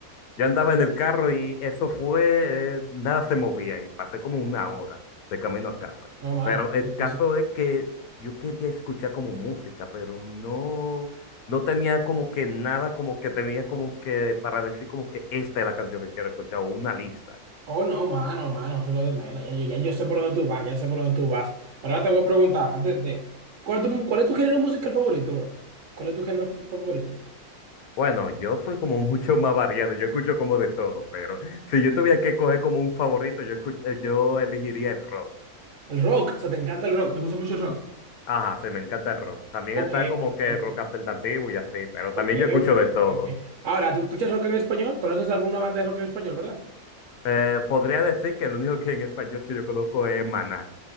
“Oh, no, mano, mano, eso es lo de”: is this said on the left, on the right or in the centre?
Right